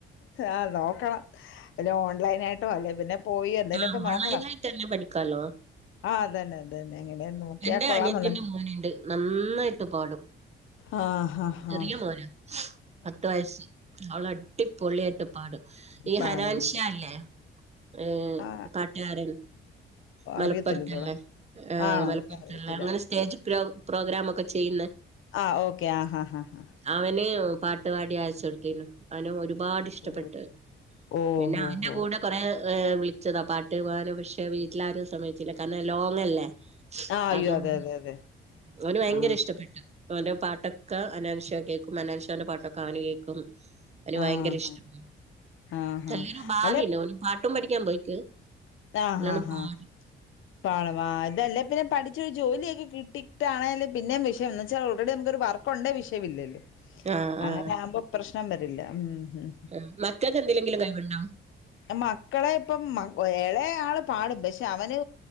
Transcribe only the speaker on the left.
ആഹ്‌ നോക്കണം വല്ല ഓൺലൈനായിട്ടോ അല്ലേ പിന്നെ പോയി എന്തേലൊക്കെ
നോക്കണം
ആഹ്‌ അതന്നെ അതന്നെ അങ്ങനെ നോക്കിയാ
കൊള്ളാന്നൊള്ള
ആഹ്‌ ഹാഹ്
പഴം
ആ
അറിയത്തില്ലല്ലോടാ
ആണോ
എനിക്കറിയത്തില്ല
ആഹ്‌ ഓക്കെ ആഹ്‌ ഹാഹ്
ഓ ഓ
ഹോ
ഹോ
ആ അയ്യോ
അതെ അതെ അതെ
ആ
ആ
ഹാ ആ ഹാ
അല്ല
ആഹ്‌
ഹാ ഹാ
പാടും ആഹ് ഇതല്ലേ തന്നെ പഠിച്ചൊരു ജോലിയൊക്കെ കിട്ടിട്ടാണേല് പിന്നേം വിഷയം എന്ന് വെച്ചാ എവിടേം നമുക്കൊരു വർക്കൊണ്ടേ വിഷയമില്ലല്ലോ
അങ്ങനെ ആവുമ്പോ പ്രശ്നം വരില്ല ഉം മ്മ്
ആ മക്കള് ഇപ്പം മ ഏളയാള് പാടും പക്ഷെ അവന്